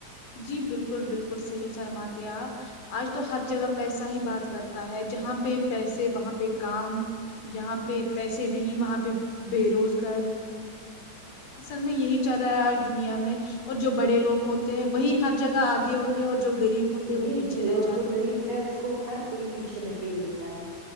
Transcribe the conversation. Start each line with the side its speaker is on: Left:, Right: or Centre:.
Left: جی بالکل بالکل صحیح فرماتے آپ آج تو ہر جگہ پیسہ ہی بات کر تا ہے جہاں پہ پیسے وہاں پہ کام جہاں پہ پیسے نہیں وہاں پہ بے روزگاری اصل میں یہی چل رہا ہے آج دنیا میں اور جو بڑے لوگ ہوتے ہیں وہیں ہر جگہ آگے ہوتے ہیں اور جو غریب ہوتے ہیں وہ
Right: جی
Left: پیچھے
Right: جی
Left: رہ
Right: اور
Left: جاتے
Right: جو غریب ہے اس کو ہر کوئی پیچھے دھکیل دیتا ہے